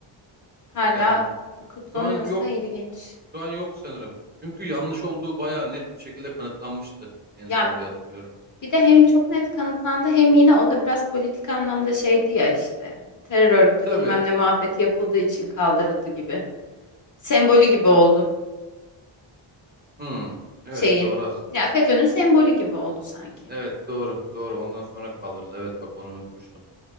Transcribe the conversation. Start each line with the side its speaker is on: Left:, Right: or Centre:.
Left: Hala
Right: Yani
Left: kutlanıyorsa
Right: şu an yok.
Left: ilginç.
Right: Şu an yok sanırım. Çünkü yanlış olduğu bayağı net bir şekilde kanıtlanmıştı en
Left: Ya
Right: son diye hatırlıyorum.
Left: Bir de hem çok net kanıtlandı hem yine o da biraz politik anlamda şeydi ya işte. Terör örgütü
Right: E, tabii.
Left: bilmem ne muhabbeti yapıldığı için kaldırıldı gibi. Sembolü gibi oldu
Right: Hmm. Evet
Left: şeyin.
Right: doğru aslında.
Left: Ya FETÖ'nün sembolü gibi oldu sanki.
Right: Evet doğru. Doğru. Ondan sonra kaldırıldı. Evet bak onu unutmuştum.